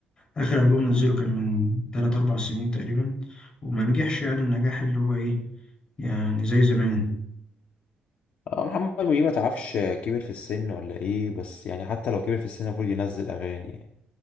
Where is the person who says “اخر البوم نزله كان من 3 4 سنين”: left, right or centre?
Left